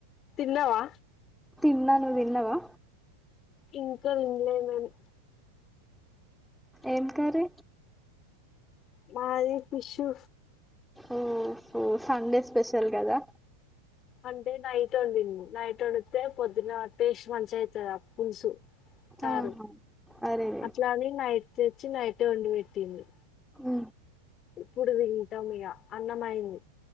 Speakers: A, on the left; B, in the centre.
A: తిన్నవా
B: తిన్నా నువ్ తిన్నవా
A: ఇంకా రంలేమని
B: ఏం కర్రి
A: మాది ఫిషు
B: ఓహో సండే స్పెషల్ కదా
A: అంటే నైట్ వండి ను నైట్ వడితే పొద్దున టేస్ట్ మంచిగా అయితది ఆ పలుసు సారు
B: ఆహా అరేరే
A: అట్లాని నయిట్ తెచ్చి నైటె వండి పెట్టింది
B: ఉ
A: ఇప్పుడు తింటాం మీగా అన్నమయింది